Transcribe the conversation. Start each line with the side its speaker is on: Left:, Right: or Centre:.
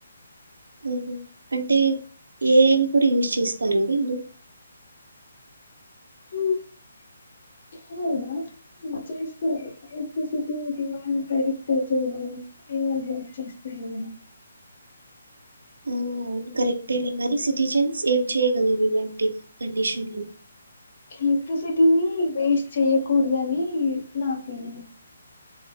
Right: ఉహు అంటే ఏఐ నీ కూడా యూజ్ చేస్తార వీళ్ళు
Left: ఉమ్ అవునా చేస్త ఎలెక్ట్రిసిటీ దడిమాండ్ ప్రెడిక్ట్ అ చేయడని. <unintelligible> హెల్ప్ చేస్త కదా
Right: ఆ అవును కరెక్టేలే మరి సిటిజన్స్ ఏం చేయ్యగలరు ఇలాంటి కండిషన్లు
Left: ఎలక్ట్రిసిటీని వేస్ట్ చేయకూడదని నా ఫీలింగ్